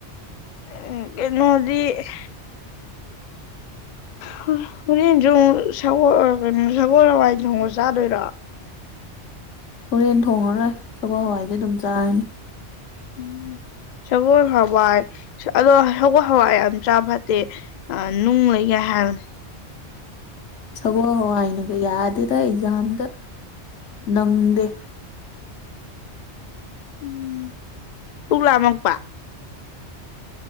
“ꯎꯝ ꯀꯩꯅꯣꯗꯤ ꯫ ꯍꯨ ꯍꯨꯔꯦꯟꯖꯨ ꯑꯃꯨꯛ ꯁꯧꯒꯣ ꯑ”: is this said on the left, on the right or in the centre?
Left